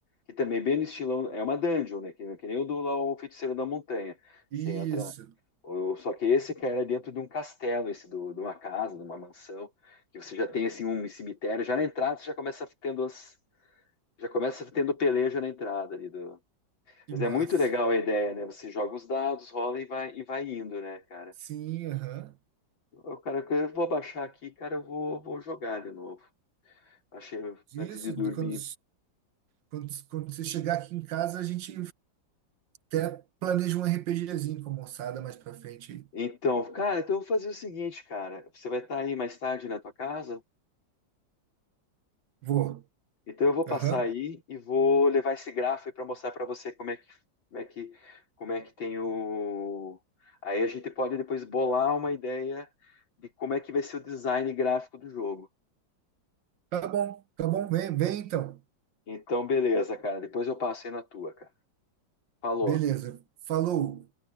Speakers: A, on the left; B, on the right.
A: Que também é bem no estilão. É uma dungeon, né? Que, que nem o do lá, o Feiticeiro da Montanha.
B: Isso,
A: Você entra. o- Só que esse, cara, é dentro de um castelo, esse do, de uma casa, de uma mansão, que você já tem assim um cemitério, já na entrada você já começa tendo as. Já começa tendo peleja na entrada ali do,
B: que
A: Mas
B: massa.
A: é muito legal a ideia, né? Você joga os dados, rola e vai, e vai indo, né, cara?
B: Sim, aham.
A: O cara, eu vou baixar aqui, cara, eu vou, vou jogar de novo. Achei
B: Isso,
A: antes de dormir.
B: de quando, quando, quando você chegar aqui em casa, a gente até planeja um RPGzinho com a moçada mais pra frente.
A: Então, cara, então eu vou fazer o seguinte, cara. Você vai estar aí mais tarde na tua casa?
B: Vou.
A: Então eu vou passar
B: Aham.
A: aí e vou levar esse gráfico aí para mostrar para você como é que, como é que, como é que tem o. Aí a gente pode depois bolar uma ideia de como é que vai ser o design gráfico do jogo.
B: Tá bom, tá bom, vem, vem então.
A: Então, beleza, cara. Depois eu passo aí na tua, cara. Falou.
B: Beleza, falou.